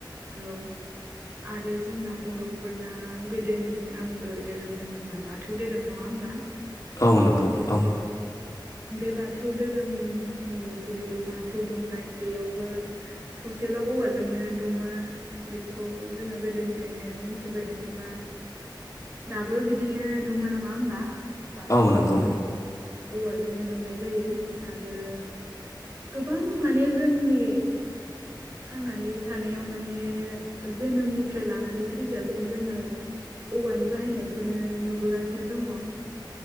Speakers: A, on the right; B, on the left.
A: औ आरो जोंना बर'फोरना गोदोनि आंगो धोरोम होनोब्ला बाथौ धोरोम नङा होमबा
B: औ नंगौ औ
A: द बे बाथौ धोरोमनि जिहेथु बाथौ दुमनाय बेयावबो थसेल' औवाजोंनो दुमो बेखौ जोङो गोदोनिफ्रायनो मोनथिबोदों बा दाबो बिदिनो दुमो नङा होमबा बाथौखौहाय
B: औ नंगौ
A: औवाजोंनो दुमनाय जायो आरो गोबां माने जोंनि थांनानै थानायाव माने जोनोमनिफ्राय लानानै थैजासिम जोङो औवानि बाहायनायखौनो नुबोगासिनो दङ।